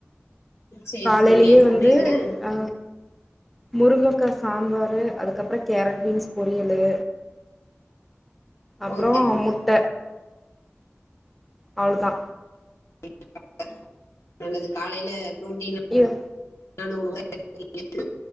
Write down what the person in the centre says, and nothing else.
காலைலியே
வந்து
அ முருங்கக்கா சாம்பாரு அதுக்கப்றோ கேரட் பீன்ஸ் பொரியலு அப்றோ
முட்ட அவ்ளதா
யோ